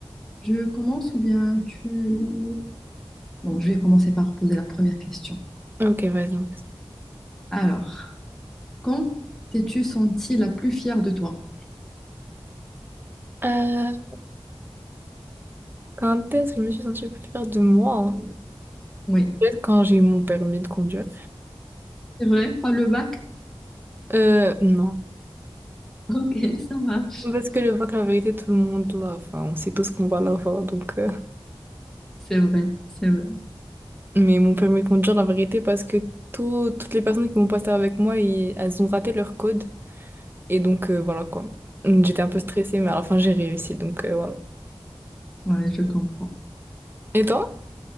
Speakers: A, in the centre; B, on the right.
A: Je commence ou bien tu... Bon, je vais commencer par poser la première question.
B: Ok, vas-y. on fait ça.
A: Alors, quand t'es-tu sentie la plus fière de toi?
B: Euh, quand est-ce que je me suis sentie plus fière de moi?
A: Oui,
B: Peut-être quand j'ai eu mon permis de conduire.
A: c'est vrai, pas le bac?
B: Euh, non.
A: Ok, ça marche.
B: Parce que le bac, la vérité, tout le monde l'a. Enfin, on sait tous qu'on va l'avoir, donc... euh.
A: C'est vrai, c'est vrai.
B: Mais mon permis de conduire, la vérité, parce que tout- toutes les personnes qui m'ont passé avec moi, ils- elles ont raté leur code. Et donc, euh, voilà quoi. J'étais un peu stressée, mais à la fin, j'ai réussi. Donc, euh, voilà.
A: Ouais, je comprends.
B: Et toi?